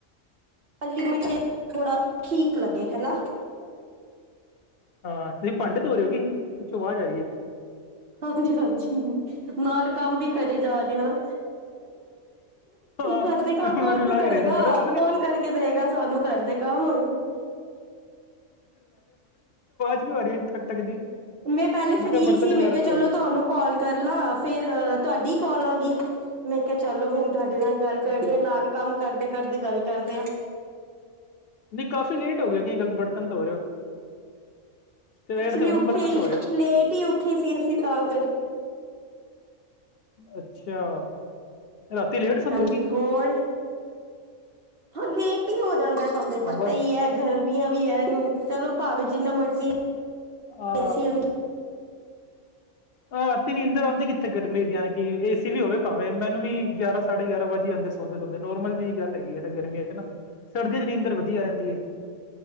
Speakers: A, on the right; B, on the left.
A: ਹੀ ਮਿੱਠੇ ਥੋੜਾ ਠੀਕ ਲੱਗੇ ਹੈ ਨਾ।
B: ਹਾਂ। ਤੁਸੀਂ, ਭਾਂਡੇ ਧੋਣ ਰਿਓ ਕਿ? ਪਿੱਛੋਂ ਆਵਾਹ ਆ ਰਹੀਏ।
A: ਹਾਂਜੀ- ਹਾਂਜੀ। ਨਾਲ ਕੰਮ ਵੀ। ਕਰੜੇ ਜਾ ਰਹੀ ਆ। ਨਾ,
B: ਹਾਂ
A: ਘਰ ਦੇ ਕੰਮ, ਕੌਣ
B: ਮੈਨੂੰ ਲੱਗ
A: ਕਰੇਗਾ, ਕੌਣ ਕਰੇਗਾ?
B: ਰਿਹਾ ਸੀ ਮੈਂ ਕਿਹਾ ਪਤਾ ਨੀ
A: ਕਰਕੇ ਦੇੇੲਗਾ, ਸਾਨੂੰ ਕਰਦੇ ਕੰਮ?
B: ਕੀ, ਹੋ ਰਹੀ ਹੇ। ਠਕ- ਠਕ, ਦੀ।
A: ਮੈਂ, ਪਹਿਲੇ ਫ੍ਰਰੀ
B: ਕਿਹਾ ਬਰਤਨ
A: ਸੀ।
B: ਵਗੈਰਾ
A: ਮੈਂ ਕਿਹਾ,
B: ਧੋ
A: ਚਲੋ
B: ਰਹੇ
A: ਤੁਹਾਨੂੰ ਕਾਲ ਕਰ ਲਾਂ। ਫੇਰ ਤੁਹਾਡੀ ਕੋਲ ਆ ਗਈ। ਮੈਂ ਕਿਹਾ, ਚਲੋ, ਹੁਣ ਤੁਹਾਡੇ ਨਾਲ, ਗੱਲ
B: ਹਾਂ
A: ਕਰਦੇ ਆ। ਨਾਲ ਕੰਮ ਕਰਦੇ ਘਰ, ਦੀ ਗੱਲ ਕਰਦੇ ਆਂ।
B: ਨਹੀਂ, ਕਾਫ਼ੀ ਲੇਟ ਹੋ ਗਏ। ਕੀ ਗੱਲ, ਬਰਤਨ ਧੋ ਰਹੇ ਹੋ। ਸਵੇਰ
A: ਐਕਚੁਲੀ
B: ਦੇ ਹੋ
A: ਉੱਠੇ,
B: ਨਾ ਬਰਤਨ ਧੋ ਰਹੇ
A: ਲੇਟ ਹੀ, ਉੱਠੀ ਸੀ। ਅਸੀਂ ਤਾਂ ਕਰਕੇ।
B: ਅੱਛਾ। ਰਾਤੀ ਲੇਟ ਸੌਂਦੇ
A: ਹਾਂਜੀ।
B: ਹੋ ਕੀ
A: ਹੋਰ? ਹਾਂ। ਲੇਟ ਹੀ, ਹੋ ਜਾਂਦਾ। ਤੁਹਾਨੂੰ ਪਤਾ
B: ਬਸ
A: ਹੀ, ਹੈ। ਗਰਮੀਆਂ ਵੀ, ਐਨੁ, ਚਲੋ ਭਾਵੇਂ, ਜਿੰਨਾ ਮਰਜ਼ੀ।
B: ਆਹ
A: ਦੇਸੀ ਹੁ
B: ਹਾਂ। ਰਾਤੀ, ਨੀਂਦਰ ਆਉਂਦੀ ਕਿੱਥੇ? ਗਰਮੀ ਯਾਂਣੀਕਿ ਏਸੀ ਵੀ, ਹੋਵੇ। ਭਾਵੇਂ, ਮੈਨੂੰ ਵੀ, ਗਿਆਰਾਂ, ਸਾਢੇ ਗਿਆਰਾਂ ਵਜ ਹੀ ਜਾਂਉਦੇ ਸੌਦੇ- ਸੋਦੇ। ਨੋਰਮਲ ਜਿਹੀ ਗੱਲ ਹੈਗੀ ਹੈ। ਯਾਰ ਗਰਮੀਆਂ ਚ ਨਾ। ਸਰਦੀਆਂ ਚ ਨਿਂਧਰ ਵਧੀਆ, ਆ ਜਾਂਦੀ ਏ।